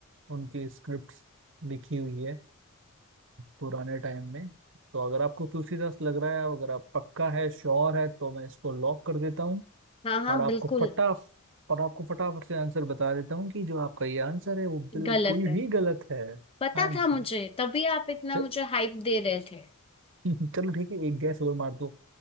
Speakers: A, on the right; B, on the left.
A: उनकी स्क्रिप्ट लिखी हुई है पुराने टाइम में तो अगर आपको तुलसीदास लग रहा है अगर आप पक्का है श्योर है तो मैं इसको लॉक कर देता हूँ
B: हाँ हाँ
A: और आपको
B: बिल्कुल
A: फटा और आपको फटाफट से आंसर बता देता हूँ कि जो आपका ये आंसर है वो बिल्कुल
B: गलत है
A: ही गलत है
B: पता
A: हाँ
B: था
A: जी
B: मुझे तभी आप इतना
A: च-
B: मुझे हाइप दे रहे थे
A: <laughs> चलो ठीक है एक गैस और मार दो